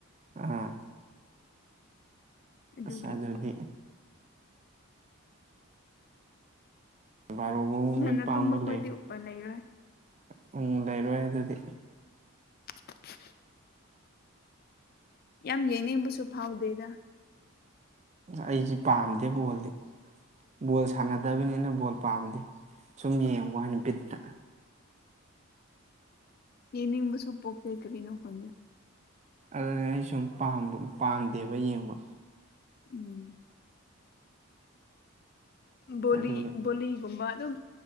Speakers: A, on the right; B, on the left.
A: ꯑ
B: ꯑꯗꯨꯒꯤ
A: ꯑꯁ ꯑꯗꯨꯗꯤ ꯕꯥꯔꯣꯕꯨ
B: ꯉꯟꯅ
A: ꯃꯤꯠ ꯄꯥꯡꯕ
B: ꯇꯨꯝꯕ ꯈꯣꯏꯗꯤ
A: ꯂꯩ
B: ꯎꯄꯥꯏ ꯂꯩꯔꯣꯏ
A: <inaudible> ꯎꯝ ꯂꯩꯔꯣꯏ ꯑꯗꯨꯗꯤ
B: <unintelligible> ꯌꯥꯝ ꯌꯦꯡꯅꯤꯡꯕꯁꯨ ꯐꯥꯎꯗꯦꯗ
A: ꯑꯩꯁꯤ ꯄꯥꯝꯗꯦ ꯕꯣꯜꯗꯤ ꯕꯣꯜ ꯁꯥꯟꯅꯗꯕꯅꯤꯅ ꯕꯣꯜ ꯄꯥꯝꯗꯦ ꯁꯨꯝ ꯌꯦꯡꯕ ꯋꯥꯅꯦ ꯕꯤꯠꯇ
B: ꯌꯦꯅꯤꯡꯕꯁꯨ ꯄꯣꯛꯇꯦ ꯀꯔꯤꯅꯣ ꯈꯪꯗꯦ
A: ꯑꯗꯨꯅꯦ ꯑꯩ ꯁꯨꯝ ꯄꯥꯝ ꯄꯥꯝꯗꯦꯕ ꯌꯦꯡꯕ
B: ꯎꯝ ꯕꯣꯂꯤ
A: ꯑꯗꯨꯒꯤ
B: ꯕꯣꯂꯤꯒꯨꯝꯕ ꯑꯗꯨꯝ